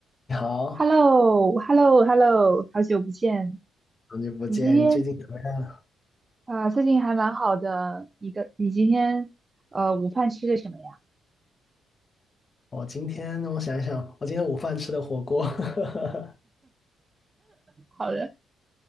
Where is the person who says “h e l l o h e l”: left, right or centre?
Right